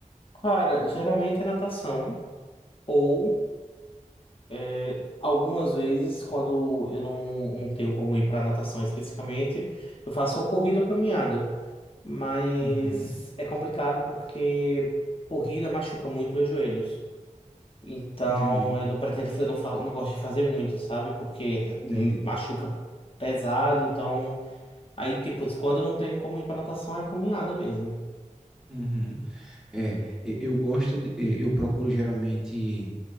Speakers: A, on the left; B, in the centre.
A: Cara, geralmente é natação. ou É, algumas vezes, quando eu não, não tenho como ir para natação especificamente, eu faço ou corrida ou caminhada. Mas
B: Uhum.
A: é complicado porque corrida machuca muito meus joelhos. Então
B: Entendi,
A: eu não pretendo, eu não, fa- eu não gosto de fazer muito, sabe? Porque hum,
B: entendi.
A: machuca pesado. Então, aí, tipo, quando eu não tenho como ir para natação, é caminhada mesmo.
B: Uhum. É, e- eu gosto, de- e- eu procuro geralmente